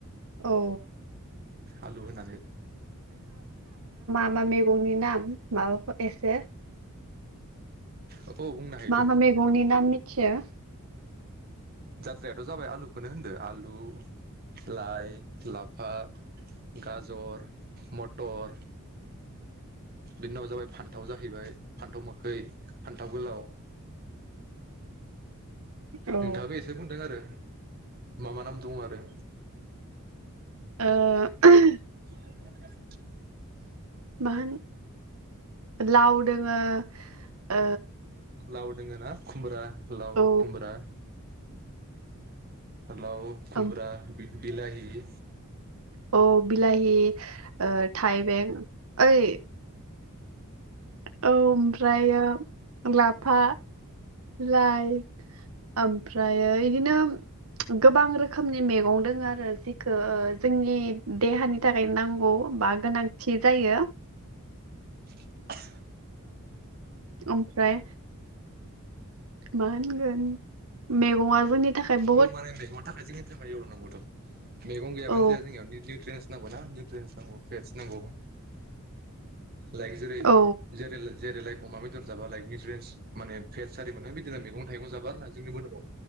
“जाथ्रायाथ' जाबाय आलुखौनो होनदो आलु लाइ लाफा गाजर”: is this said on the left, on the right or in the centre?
Right